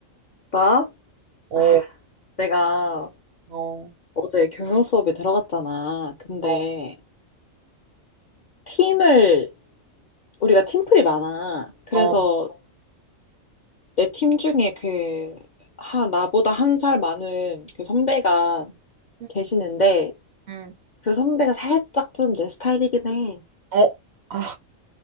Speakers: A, on the left; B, on the right.
A: 나?
B: 어,
A: 아, 내가
B: 어,
A: 어제 경영 수업에 들어갔잖아. 근데
B: 어,
A: 팀을, 우리가 팀플이 많아. 그래서
B: 어,
A: 내 팀 중에 그, 하, 나보다 한 살 많은 그 선배가
B: 음,
A: 계시는데
B: 음,
A: 그 선배가 살짝 좀 내 스타일이긴 해.
B: 어, 아,